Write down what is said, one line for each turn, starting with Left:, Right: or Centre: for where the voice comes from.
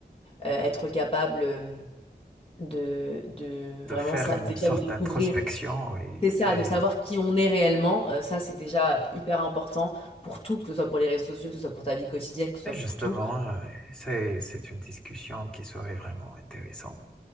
Left: être capable. euh, de, de vraiment
Centre: De faire
Left: ça,
Centre: une
Left: déjà
Centre: sorte
Left: de découvrir,
Centre: d'introspection, et
Left: c'est
Centre: c'est
Left: ça, de savoir qui on est réellement, euh, ça c'est déjà hyper important pour tout, que ce soit pour les réseaux sociaux, que ce soit pour ta vie quotidienne, que ce
Centre: et
Left: soit
Centre: justement,
Left: pour tout,
Centre: euh, c'est c'est une discussion qui serait vraiment intéressante.